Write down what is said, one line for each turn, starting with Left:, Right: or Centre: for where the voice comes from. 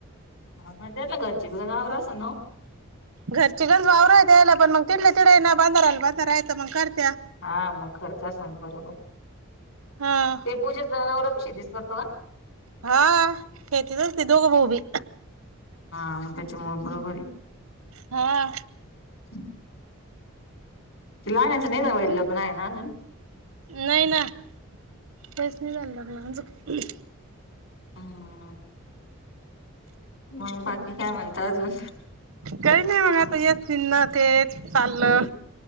Left: हा त्याला घरची बी जनावर असेल ना ओ?
Right: घरची जनावर त्याला पण मग तिथल्या तिथे ना बांधारा आला बांधायचा मग काय.
Left: हा मग खर्च सांग बरोबर <inaudible>
Right: हा
Left: ते पूजे जनावर <unintelligible>
Right: हा खेतीच असते दोघं भाऊबि
Left: हा मग त्याच्यामुळे बरोबर ये.
Right: हा.
Left: <inaudible> ते लहाण्याच नाई का वय लग्न हाय ना अजून
Right: नाही ना <inaudible> त्यास्नी <unintelligible> लग्न अजून.
Left: हा, हा. मग बाकी काय म्हणता अजून?
Right: काही नाही मग आता येतील ना तेच चाललं